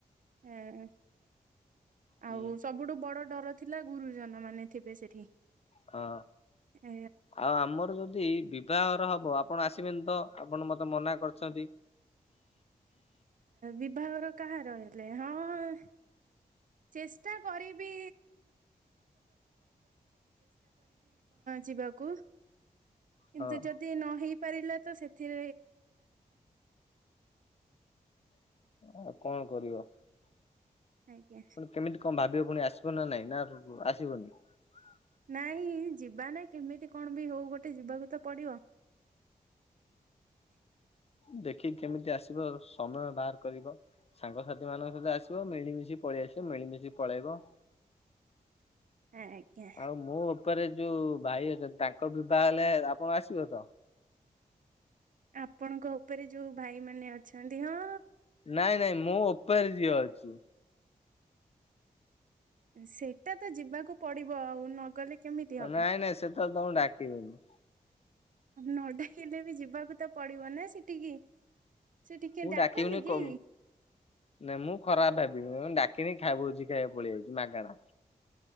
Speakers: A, on the right; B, on the left.
A: ହଁ।
B: ହୁଁ
A: ଆଉ ସବୁଠୁ ବଡ଼ ଡର ଥିଲା ଗୁରୁଜନମାନେ ଥିବେ ସେଠି।
B: ହଁ।
A: ହେଁ
B: ଆଉ ଆମର ଯଦି ବିଭାଘର ହବ ଆପଣ ଆସିବେନି ତ, ଆପଣ ମତେ ମନା କରୁଚନ୍ତି।
A: ବିବାଘର କାହାର ହେଲେ? ହଁ ଚେଷ୍ଟା କରିବି ଯିବାକୁ କିନ୍ତୁ
B: ହଁ
A: ଯଦି ନ ହେଇ ପାରିଲା ତ ସେଥି
B: <inaudible>
A: ଆଜ୍ଞା।
B: ପୁଣି କେମିତି କଣ
A: ନାଇଁ ଯିବା ନା କେମିତି କଣ ବି ହଉ ଗୋଟେ ଯିବାକୁ ତ ପଡ଼ିବ। <inaudible>
B: <inaudible> ସାଙ୍ଗସାଥି ମାନଙ୍କ ସହିତ ଆସିବ ମିଳିମିଶି ପଳେଇ ଆସିବ ମିଳିମିଶି ପଳେଇବ
A: ଆଜ୍ଞା।
B: ଆଉ ମୋ ଉପରେ ଯୋଉ ଭାଇ ଅଛନ୍ତି ତାଙ୍କ ବିବାହ ହେଲେ ଆପଣ ଆସିବେ ତ?
A: ଆପଣଙ୍କ ଉପରେ ଯୋଉ ଭାଇ ମାନେ ଅଛନ୍ତି ହଁ
B: ନାଇଁ ନାଇଁ ମୋ ଉପରେ ଝିଅ ଅଛି।
A: ସେଇଟା ତ ଯିବାକୁ ପଡ଼ିବ ଆଉ ନଗଲେ କେମିତି ହବ।
B: ନାଇଁ ନାଇଁ ସେ ତାହାଲେ ତମ ଡାକିବନି
A: ନ ଡାକିଲେ ବି ଯିବାକୁ ତ ପଡିବ ନା ସେଠିକି ସେ ଟିକେ
B: ମୁଁ
A: ଡା
B: ଡାକିବିନି
A: କନ୍ତି କି
B: କ ନା ମୁଁ ଖରାପ ଭାବିବି ଡା -- କିଣିିକ <inaudible> ଭୋଜି ଖାଇବାକୁ ପଳେଇ ଆଇଛୁ ମାଗଣା